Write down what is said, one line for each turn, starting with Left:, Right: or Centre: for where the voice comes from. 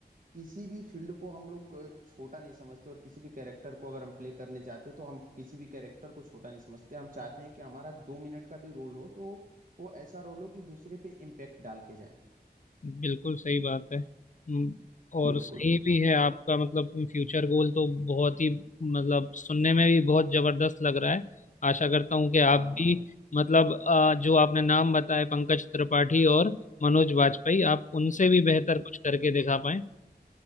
Right: किसी भी फील्ड को हम लोग अ, छोटा नहीं समझते और किसी भी कैरेक्टर को अगर हम प्ले करने चाहते हैं तो हम किसी भी कैरेक्टर को छोटा नहीं समझते हम चाहते हैं कि हमारा दो मिनट का भी रोल हो तो वो ऐसा रोल हो कि दूसरे पे इम्पेक्ट डाल के जाए
Left: बिल्कुल सही बात है हम्म, और
Right: बिल्कुल
Left: सही भी है आपका मतलब फ्यूचर गोल तो बहुत ही मतलब सुनने में भी बहुत जबरदस्त लग रहा है आशा करता हूँ कि
Right: हाँ
Left: आप
Right: हाँ
Left: भी मतलब अ, जो आपने नाम बताए पंकज त्रिपाठी और मनोज बाजपेयी आप उनसे भी बेहतर कुछ करके दिखा पाए